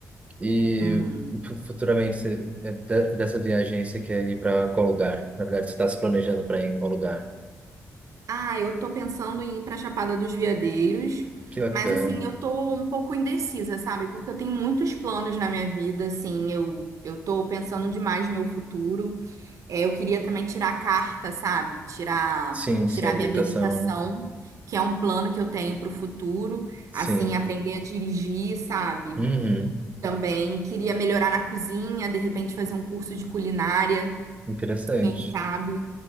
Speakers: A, on the right; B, on the right.
A: E
B: Uhum.
A: fu- futuramente, você, é, de- dessa viagem, aí, você quer ir para qual lugar? Na verdade, você está se planejando para ir em qual lugar?
B: Ah, eu tô pensando em ir pra Chapada dos Veadeiros,
A: Que bacana.
B: mas assim, eu tô um pouco indecisa, sabe? Porque eu tenho muitos planos na minha vida, assim, eu eu tô pensando demais no meu futuro. É, eu queria também tirar a carta, sabe? Tirar,
A: Sim,
B: tirar
A: sim, habilitação,
B: minha habilitação,
A: né?
B: que é um plano que eu tenho para o futuro,
A: Sim.
B: assim, aprender a dirigir, sabe?
A: Uhum.
B: Também queria melhorar na cozinha, de repente fazer um curso de culinária,
A: Interessante.
B: quem sabe,